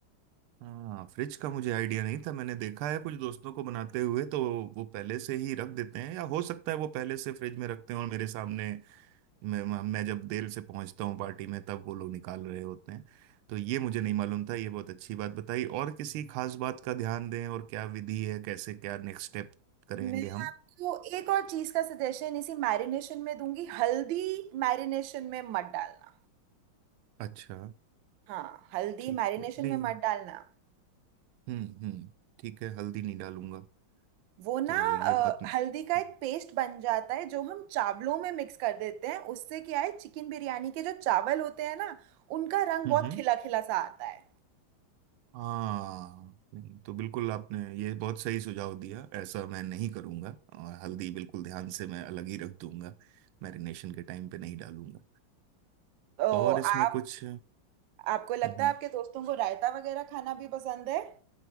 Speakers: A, on the right (about 85°); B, on the right (about 70°).
A: हाँ फ्रिज का मुझे आइडिया नहीं था मैंने देखा है कुछ दोस्तों को बनाते हुए तो वो पहले से ही रख देते हैं या हो सकता है वो पहले से फ्रिज में रखते हैं और मेरे सामने मैं मैं जब देर से पहुंचता हूँ पार्टी में तब वो लोग निकाल रहे होते हैं तो ये मुझे नहीं मालूम था ये बहुत अच्छी बात बताई और किसी खास बात का ध्यान दें और क्या विधि है कैसे क्या नेक्स्ट स्टेप करेंगे
B: मैं
A: हम
B: आपको एक और चीज का सजेशन इसी मैरिनेशन में दूंगी हल्दी मैरिनेशन में मत डालना
A: अच्छा
B: हाँ हल्दी
A: ठीक
B: मैरिनेशन
A: है नहीं
B: में मत डालना
A: हम्म हम्म ठीक है हल्दी नहीं डालूंगा
B: वो ना
A: तो ये
B: अ,
A: बात हम्म
B: हल्दी का एक पेस्ट बन जाता है जो हम चावलों में मिक्स कर देते हैं उससे क्या है चिकन बिरयानी के जो चावल होते हैं ना उनका रंग
A: हम्म
B: बहुत
A: हम्म।
B: खिला खिला सा आता है
A: हाँ नहीं तो बिल्कुल आपने ये बहुत सही सुझाव दिया ऐसा मैं नहीं करूंगा और हल्दी बिल्कुल ध्यान से मैं अलग ही रख दूंगा मैरिनेशन के टाइम पे नहीं डालूंगा
B: तो
A: और
B: आप
A: इसमें कुछ
B: आपको लगता
A: हम्म,
B: है आपके दोस्तों को रायता वगैरह खाना भी पसंद है